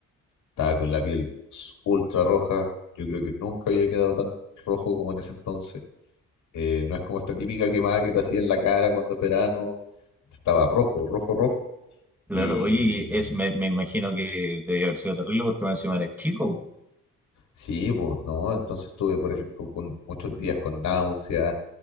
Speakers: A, on the left; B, in the centre.
A: estaba con la piel s- ultra roja. Yo creo que nunca había quedado tan rojo como en ese entonces Eh, no es como esta típica quemada que te hacía en la cara cuando es verano. Estaba rojo, rojo, rojo.
B: Claro,
A: Y
B: oye, y es, me, me imagino que te debe haber sido terrible porque me encima eres chico, po.
A: sí, pues no. Entonces estuve, por ejemplo, con muchos días con náuseas.